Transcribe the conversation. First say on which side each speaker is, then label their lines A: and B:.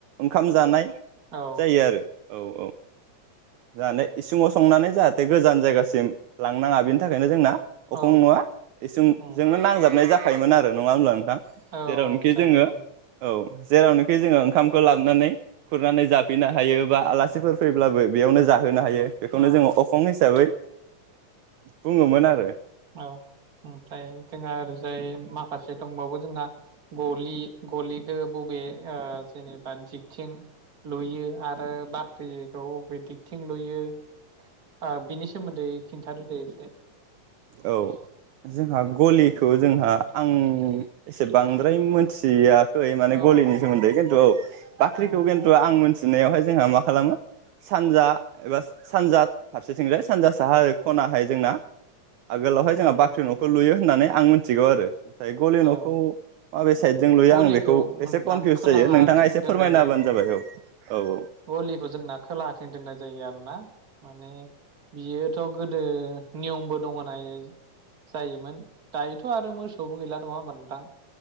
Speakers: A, on the right; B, on the right.
A: ओंखाम जानाय
B: औ
A: जायो आरो औ औ जानानै इसिङाव संनानै जाहाथे गोजान जायगासिम लांनाङा बिनि थाखायनो जोंना अखं
B: औ
A: नआ इसुंजोंनो
B: औ
A: नांजाबनाय जा खायोमोन आरो नङा होनबा नोंथां
B: औ
A: जेरावनोखि
B: औ जायो
A: जोंङो
B: जायो
A: औ जेरावनोखि जोङो ओंखाम खौ लाबनानै खुरनानै जाफैनो हायो बा आलासिफोर फैब्लाबो बेयावनो जा होनो हायो बेखौनो
B: औ
A: जोङो अखं हिसाबै बुङोमोन
B: औ
A: आरो
B: औ ओमफ्राय जोंहा आरो जाय माखासे दंबावो जोंहा गलि गलिखौ बबे ओ जेनेबा दिगथिं लुयो आरो बाख्रिखौ बबे दिगथिं लुयो ओ बिनि सोमोन्दै खिन्थादो दे एसे?
A: औ जोंहा गलिखौ जोंहा आं एसे बांद्राय मोथिया खै माने
B: औ
A: गलिनि
B: औ
A: सोमोन्दै खिन्थु औ बाख्रिखौ
B: उम
A: खिन्थु आं मिथिनायावहाय जोंहा मा खालामो सानजा एबा सानजा फारसेथिंजाय सानजा साहा खनाहाय जोंना आगोलावहाय जोंहा
B: उम
A: बाख्रि नखौ लुयो होननानै आं मिथिगौ आरो नाथाय गलि नखौ
B: औ
A: माबे साइदजों लुयो
B: गलिखौ
A: आं बेखौ
B: नोंथां
A: एसे कनफिउस
B: खोलाहाथिं
A: जायो नोंथाङा एसे
B: दोननाय
A: फोरमायना
B: जायो
A: हबानो
B: आरो
A: जाबाय औ औ औ
B: गलिखौ जोंना खोलाथिं दोननाय जायो आरोना माने बियोथ' गोदो नियमबो दं होनाय जायोमोन दायोथ' आरो मोसौबो गैला नङा होमबा नोंथां